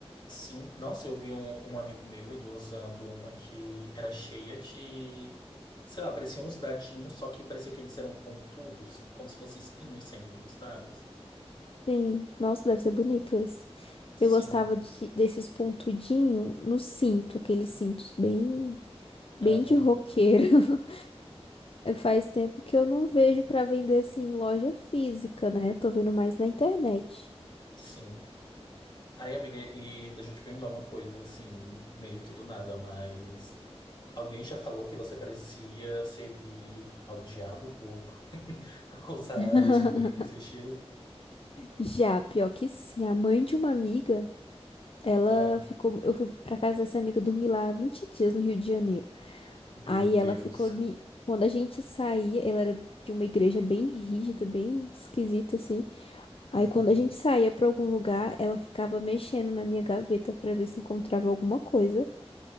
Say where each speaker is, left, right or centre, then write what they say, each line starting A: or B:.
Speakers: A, on the left; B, on the left.
A: Sim, nossa, eu vi um, um amigo meu, ele usando uma que era cheia de, sei lá, parecia uns dadinhos, só que parecia que eles eram pontudos, como se fossem espinhos saindo dos dados.
B: Sim, nossa, deve ser bonito esse.
A: Sim.
B: Eu gostava de- desses pontudinhos no cinto, aqueles cintos bem, bem
A: Aham,
B: de roqueiro. <laughs> Faz tempo que eu não vejo para vender assim em loja física, né? Eu tô vendo mais na internet.
A: sim. Aí, amiga, e deixa eu te perguntar uma coisa, assim, meio que do nada, mas alguém já falou que você parecia servir ao diabo por <laughs> usar
B: <laughs>
A: esse, me- esse estilo?
B: Já, pior que sim, a mãe de uma amiga. Ela
A: Ah,
B: ficou. Eu fui pra casa dessa amiga dormir lá há 20 dias no Rio de Janeiro.
A: meu
B: Aí
A: Deus.
B: ela ficou. me- Quando a gente saía, ela era de uma igreja bem rígida, bem esquisita, assim. Aí
A: Uhum.
B: quando a gente saía pra algum lugar, ela ficava mexendo na minha gaveta pra ver se encontrava alguma coisa.